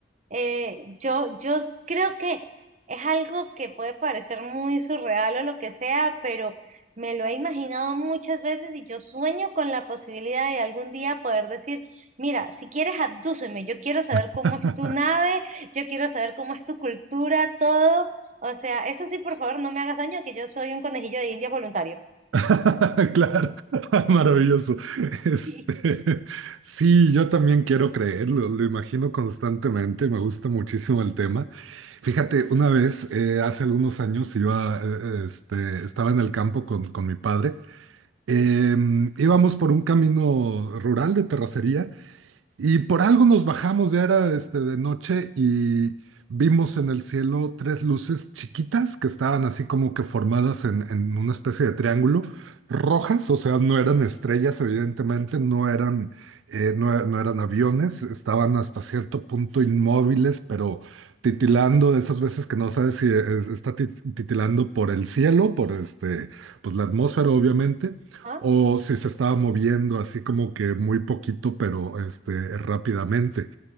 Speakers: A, on the right; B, on the right.
A: eh, yo, yo s- creo que es algo que puede parecer muy surreal o lo que sea, pero me lo he imaginado muchas veces y yo sueño con la posibilidad de algún día poder decir, mira, si quieres abdúceme, yo quiero saber
B: <laughs>
A: cómo es tu nave, yo quiero saber cómo es tu cultura, todo. O sea, eso sí, por favor, no me hagas daño, que yo soy un conejillo de Indias voluntario.
B: <laughs> Claro, <laughs> maravilloso. Este,
A: <laughs>
B: sí, yo también quiero creerlo, lo imagino constantemente, me gusta muchísimo el tema. Fíjate, una vez, eh, hace algunos años, iba, eh, este, estaba en el campo con, con mi padre, Em, íbamos por un camino rural de terracería y por algo nos bajamos, ya era este, de noche y vimos en el cielo tres luces chiquitas que estaban así como que formadas en, en una especie de triángulo, rojas, o sea, no eran estrellas, evidentemente, no eran, eh, no, no eran aviones, estaban hasta cierto punto inmóviles, pero titilando de esas veces que no sabes si es- está tit- titilando por el cielo, por este, pues la atmósfera, obviamente
A: ¿Ah?
B: o si se estaba moviendo así como que muy poquito, pero este, rápidamente.